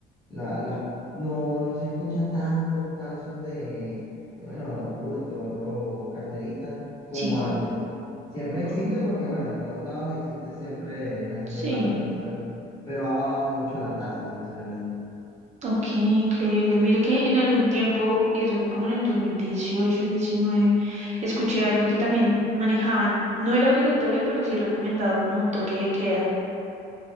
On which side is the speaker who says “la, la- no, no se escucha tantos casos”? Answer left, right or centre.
Left